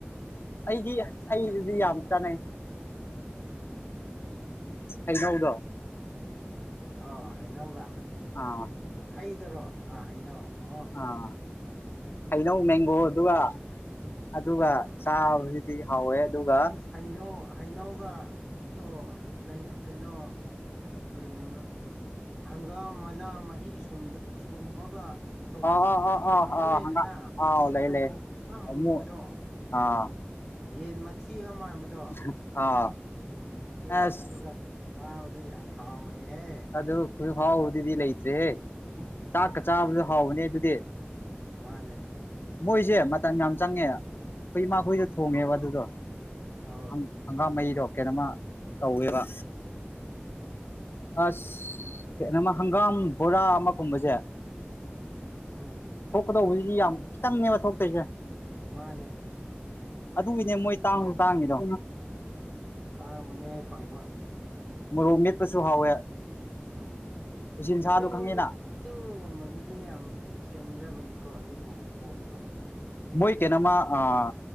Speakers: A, on the left; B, in the centre.
A: ꯑꯩꯗꯤ
B: ꯌꯦꯟꯁꯥꯡꯗꯕꯨꯗꯤ
A: ꯍꯩꯗꯗꯤ ꯌꯥꯝ
B: ꯅꯠꯇꯦ
A: ꯆꯥꯅꯩ ꯍꯩꯅꯧ ꯗꯣ
B: ꯑꯥ ꯍꯩꯅꯧꯒ
A: ꯑꯥ
B: ꯍꯩꯗꯔꯣ ꯑꯥ ꯍꯩꯅꯧ ꯑꯣ
A: ꯑꯥ ꯍꯩꯅꯧ ꯃꯦꯡꯒꯣ ꯗꯨꯒ ꯑꯗꯨꯒ ꯆꯥꯕꯁꯤꯗꯤ ꯍꯥꯎꯋꯦ ꯑꯗꯨꯒ
B: ꯑꯁ ꯍꯩꯅꯧ ꯍꯩꯅꯧꯒ ꯇ‌ꯣ ꯀꯩ ꯀꯩꯅꯣ ꯎꯝ ꯍꯪꯒꯥꯝ ꯃꯅꯥ ꯃꯍꯤ ꯁꯨꯝꯗ ꯁꯨꯝꯃꯒ ꯄꯨꯊꯣꯛꯄ
A: ꯑꯥ ꯑꯥ ꯑꯥ ꯑꯥ
B: ꯑꯃꯥ
A: ꯑꯥ
B: ꯂꯩꯗꯅ
A: ꯍꯪꯒꯥꯝ ꯑꯥꯎ
B: ꯃꯨꯆꯨ
A: ꯂꯩ ꯂꯩ
B: ꯀ ꯃꯨꯕꯗꯣ
A: ꯑꯃꯨꯛ ꯑꯥ
B: ꯌꯦꯟ ꯃꯊꯤꯒ ꯃꯥꯟꯕꯗꯣ
A: <unintelligible>
B: ꯑꯗ‌ꯣ
A: ꯑꯁ
B: ꯑꯗ‌ꯣꯒ ꯆꯕꯗ‌ꯣ ꯌꯥꯝ ꯍꯥꯎꯕꯅꯦꯍꯦ
A: ꯑꯗꯨ ꯍꯨꯖꯤꯛ ꯐꯥꯎꯕꯗꯨꯗꯤ ꯂꯩꯇ꯭ꯔꯦꯍꯦ
B: ꯎꯝ
A: ꯆꯥꯛꯀ ꯆꯥꯕꯁꯨ ꯍꯥꯎꯕꯅꯦ ꯑꯗꯨꯗꯤ
B: ꯃꯥꯅꯦ
A: ꯃꯣꯏꯁꯦ ꯃꯇꯝ ꯌꯥꯝ ꯆꯪꯉꯦ ꯈꯣꯏ ꯏꯃꯥ ꯈꯣꯏꯅ ꯊꯣꯡꯉꯦꯕ ꯑꯗꯨꯗꯣ
B: ꯑꯍꯣꯏ
A: ꯍꯪ ꯍꯪꯒꯥꯝ ꯃꯍꯤꯗꯣ ꯀ‌ꯦꯅꯣꯃ ꯇꯧꯋꯦꯕ ꯑꯁ ꯀ‌ꯦꯅ‌ꯣꯃ ꯍꯪꯒꯥꯝ ꯕꯣꯔꯥ ꯑꯃꯥ ꯀꯨꯝꯕꯖ‌ꯦ
B: ꯎꯝ
A: ꯊꯣꯛꯀꯗꯧꯕ ꯗꯨꯗꯤ ꯌꯥꯝ ꯈꯤꯇꯪꯅꯦꯕ ꯊꯣꯛꯇꯣꯏꯁꯦ
B: ꯃꯥꯅꯦ
A: ꯑꯗꯨꯒꯤꯅꯦ ꯃꯣꯏ ꯇꯥꯡꯁꯨ ꯇꯥꯡꯉꯤꯗꯣ
B: ꯇꯥꯡꯕꯅꯦ ꯐꯪꯕ
A: ꯃꯣꯔꯣꯛ ꯃꯦꯠꯄꯁꯨ ꯍꯥꯎꯋꯦ
B: ꯎꯝ
A: ꯎꯆꯤꯟꯁꯥꯗꯣ
B: ꯆꯤꯡ
A: ꯈꯪꯉꯦꯅ
B: ꯆꯤꯡꯒꯨꯝꯕ ꯗꯨꯗꯤ ꯌꯥꯝ ꯁꯦꯝꯖꯕꯅꯤꯀꯣ ꯑꯗꯨꯒꯨꯝꯕ ꯄꯣꯠꯇꯣ
A: ꯃꯣꯏ ꯀ‌ꯦꯅꯣꯃ ꯑꯥ